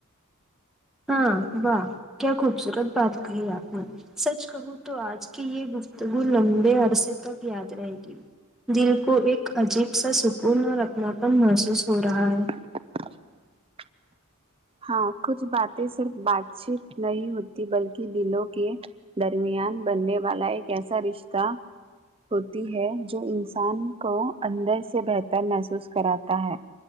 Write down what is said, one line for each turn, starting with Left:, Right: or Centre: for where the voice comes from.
Centre: ہاں واہ کیا خوبصورت بات کہی آپ نے سچ کہوں تو آج کی یہ گفتگو لمبے عرصے تک یاد رہے گی دل کو ایک عجیب سا سکون اور اپناپن محسوس ہو رہا ہے
Right: ب ہاں کچھ باتیں صرف بات چیت نہیں ہوتی بلکہ دلوں کے درمیان بننے والا ایک ایسا رشتہ ہوتی ہے جو انسان کو اندر سے بہتر محسوس کراتا ہے